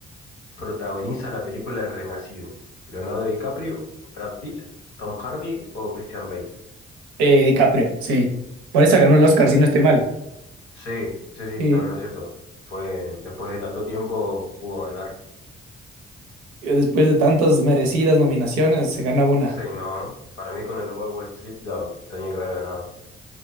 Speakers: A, on the left; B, on the right.
A: protagoniza la película El Renacido? ¿Leonardo DiCaprio, Brad Pitt, Tom Hardy o Christian Bale?
B: Eh, DiCaprio, sí. Por esa ganó el
A: Exacto.
B: Oscar, si no estoy mal.
A: Sí, sí, sí, estás
B: Sí,
A: en lo cierto. Fue, después de tanto tiempo pudo ganar
B: y después de tantas merecidas nominaciones, se gana una.
A: Sí, no. Para mí con el Lobo de Wall Street ya tenía que haber ganado.